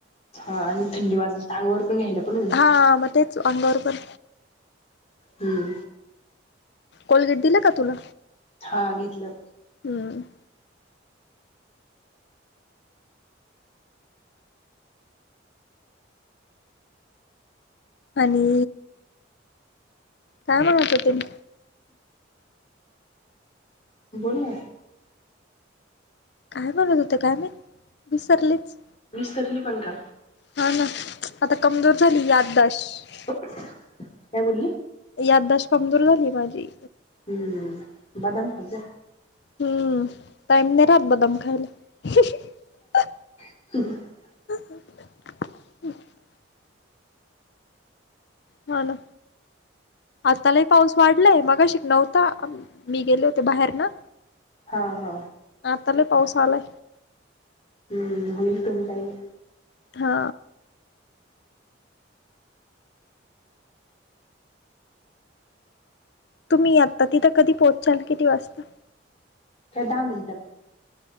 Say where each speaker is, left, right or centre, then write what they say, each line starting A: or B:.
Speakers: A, on the left (about 35°); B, on the left (about 60°).
A: हा आणि थंडी वाजून अंगावर पण घ्यायला पण होईल.
B: हा मग तेच अंगावर पण
A: हम्म
B: कोलगेट दिला का तुला.
A: हा घेतल
B: हम आणि काय म्हणत होते. मी
A: बोल ना
B: काय म्हणत होते काय माहित विसरलेच
A: विसरली पण का
B: हा ना आता कमजोर झाली याददाश्त
A: काय बोलली,
B: याददाश्त कमजोर झालीय माझी,
A: हम्म, बदाम खात जा.
B: हम्म टाईम नाही राहात बदाम खायला.
A: <unintelligible>
B: <inaudible> होना आता लय पाऊस वाढ लंय मगाशी नव्हता. मी गेले होते बाहेर ना.
A: हा-हा
B: आत्ता लय पाऊस आलाय.
A: हम्म, होईल कमी काही नाही.
B: हा. तुम्ही आत्ता तिथं कधी पोहोचाल, किती वाजता?
A: हे दहा मिनटात.